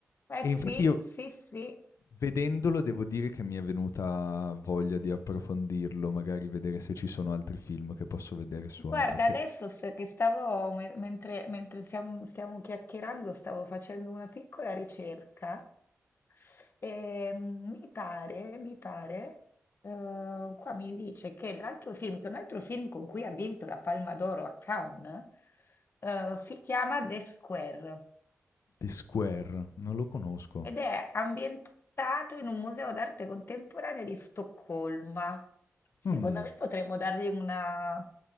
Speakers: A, on the left; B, on the left.
A: Eh
B: e
A: sì,
B: infatti io
A: sì, sì,
B: vedendolo devo dire che mi è venuta voglia di approfondirlo, magari vedere se ci sono altri film che posso vedere suoi,
A: Guarda,
B: perché
A: adesso s- che stavo, me- mentre, mentre stiamo, stiamo chiacchierando, stavo facendo una piccola ricerca e mm, mi pare, mi pare, eh, qua mi dice che l'altro film, che un altro film con cui ha vinto la Palma d'Oro a Cannes, eh, si chiama The Square
B: The Square non lo conosco.
A: ed è ambientato in un museo d'arte contemporanea di Stoccolma. Secondo
B: Mm.
A: me potremmo dargli una-